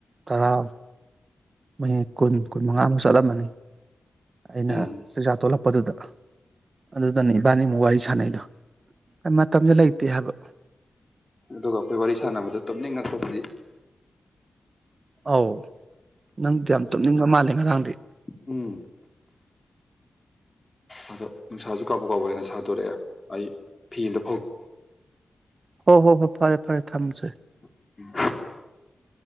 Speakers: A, on the right (about 55°); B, on the left (about 30°).
A: ꯇꯔꯥ ꯃꯤꯅꯤꯠ ꯀꯨꯟ ꯀꯨꯟ ꯃꯉꯥꯃꯨꯛ ꯆꯠꯂꯝꯃꯅꯤ ꯑꯩꯅ
B: ꯎꯝ
A: ꯆꯤꯟꯖꯥꯛ ꯇꯣꯂꯛꯄꯗꯨꯗ ꯑꯗꯨꯗꯅꯦ ꯏꯕꯥꯅꯤꯃꯨꯛ ꯋꯥꯔꯤ ꯁꯥꯟꯅꯩꯗꯣ ꯃꯇꯝꯗꯨ ꯂꯩꯇꯦ ꯍꯥꯏꯕ
B: ꯑꯗꯨꯒ ꯑꯩꯈꯣꯏ ꯋꯥꯔꯤ ꯁꯥꯟꯅꯕꯗꯣ ꯇꯨꯝꯅꯤꯡ ꯉꯛ ꯄꯗꯨꯗꯤ
A: ꯑꯧ ꯅꯪ ꯌꯥꯝ ꯇꯨꯝꯅꯤꯡꯕ ꯃꯥꯜꯂꯦ ꯉꯔꯥꯡꯗꯤ
B: ꯎꯝ ꯑꯗꯣ ꯅꯨꯡꯁꯥꯁꯨ ꯀꯥꯎꯕ ꯀꯥꯎꯕꯅ ꯁꯥꯗꯣꯔꯛꯑꯦ ꯑꯩ ꯐꯤꯗ
A: ꯍꯣ ꯍꯣ ꯍꯣꯏ ꯐꯔꯦ ꯐꯔꯦ ꯊꯝꯖꯦ
B: <unintelligible>